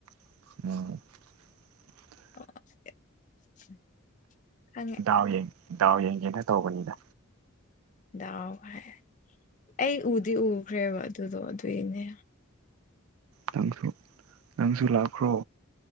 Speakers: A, on the right (about 85°); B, on the left (about 35°).
A: <unintelligible>
B: <inaudible>
A: ꯗꯥꯎ ꯌꯦꯡ ꯗꯥꯎ ꯌꯦꯡꯒꯦꯅ ꯇꯧꯕꯅꯤꯗ
B: ꯗꯥꯎ ꯍꯥꯏ ꯑꯩ ꯎꯗꯤ ꯎꯈ꯭ꯔꯦꯕ ꯑꯗꯨꯗꯣ ꯑꯗꯨꯏꯅꯦ
A: ꯅꯪꯁꯨ ꯅꯪꯁꯨ ꯂꯥꯛꯈ꯭ꯔꯣ